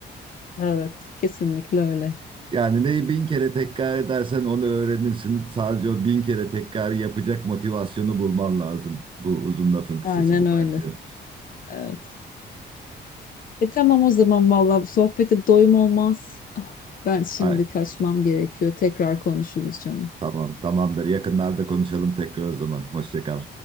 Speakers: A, on the left (about 50°); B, on the right (about 25°).
A: Evet, kesinlikle öyle.
B: Yani neyi bin kere tekrar edersen onu öğrenirsin. Sadece o bin kere tekrar yapacak motivasyonu bulman lazım. Bu uzun lafın kısası
A: Aynen
B: bu
A: öyle.
B: bence.
A: Evet. E tamam o zaman vallahi bu sohbete doyum olmaz. Ah, Ben şimdi
B: Ay,
A: kaçmam gerekiyor. Tekrar konuşuruz canım.
B: tamam, tamamdır. Yakınlarda konuşalım tekrar o zaman. Hoşça kal.